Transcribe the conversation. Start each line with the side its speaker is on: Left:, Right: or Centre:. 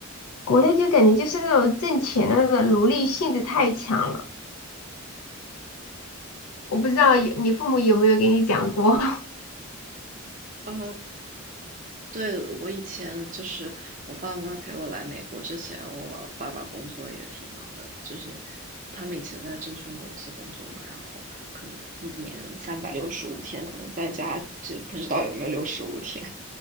Left: 国内就感觉就是那种挣钱的那种奴隶性质太强了。我不知道有你父母有没有给你讲过，
Right: 啊，对，我以前就是我爸妈陪我来美国之前，我爸爸工作也挺忙的，就是他们以前在证券公司工作嘛，然后可能一年三百六十五天，可能在家这不知道有没有六十五天，